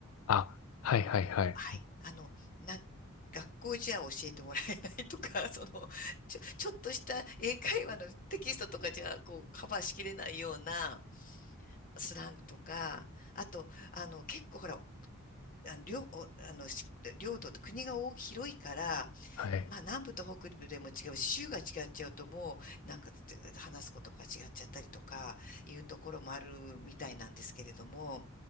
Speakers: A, on the left; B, on the left.
A: あ、はいはいはい。
B: はい。あの、なん、学校じゃ教えてもらえないとか、<laughs> その、ちょ、ちょっとした英会話のテキストとかじゃ、こう、カバーしきれないようなスラングとか、あと、あの、結構ほら、あの、領、おあの、し領土って国が大き広いから、
A: はい。
B: まあ南部と北部でも違うし、州が違っちゃうともう、なんか話すことが違っちゃったりとかいうところもあるみたいなんですけれども、